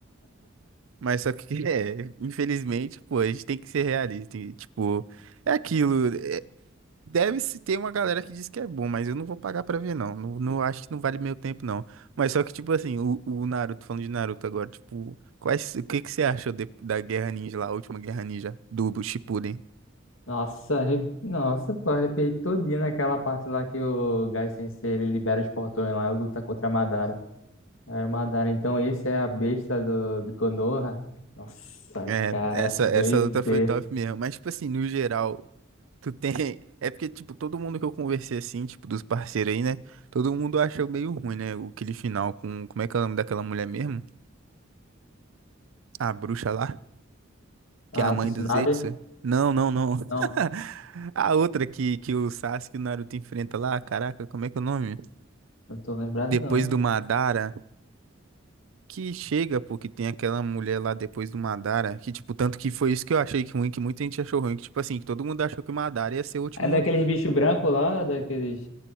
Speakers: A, on the right (about 80°); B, on the left (about 80°).
A: Mas só que, <laughs> é, infelizmente, pô, a gente tem que ser realista. e, tipo, é aquilo. é- deve-se ter uma galera que diz que é bom, mas eu não vou pagar pra ver, não. Não, não acho que não vale meu tempo, não. Mas só que, tipo assim, o, o Naruto, falando de Naruto agora, tipo, quais, o que que você achou de- da Guerra Ninja lá, a última Guerra Ninja do Shippuden?
B: Nossa, arre- Nossa, pô, arrepiei todinho naquela parte lá que o Gai Sensei ele libera os portões lá e luta contra a Madara. É, Madara, então esse é a besta do, de Konoha? Nossa,
A: É,
B: cara,
A: essa, essa
B: doideira.
A: luta foi top mesmo. Mas, tipo assim, no geral, Tu tem. <laughs> É porque, tipo, todo mundo que eu conversei assim, tipo, dos parceiros aí, né? Todo mundo achou meio ruim, né? o- Aquele final com. Como é que é o nome daquela mulher mesmo? A bruxa lá,
B: Ah,
A: que é a mãe
B: Tsunade?
A: do Zetsu. Não, não, não. <laughs>
B: Não,
A: A outra que, que o Sasuke e o Naruto enfrenta lá, caraca, como é que é o nome?
B: não tô lembrado,
A: Depois
B: não.
A: do Madara. Que chega, pô, que tem aquela mulher lá depois do Madara. Que, tipo, tanto que foi isso que eu achei que ruim, que muita gente achou ruim. Que, tipo assim, que todo mundo achou que o Madara ia ser o último.
B: É daqueles bichos brancos lá, daqueles...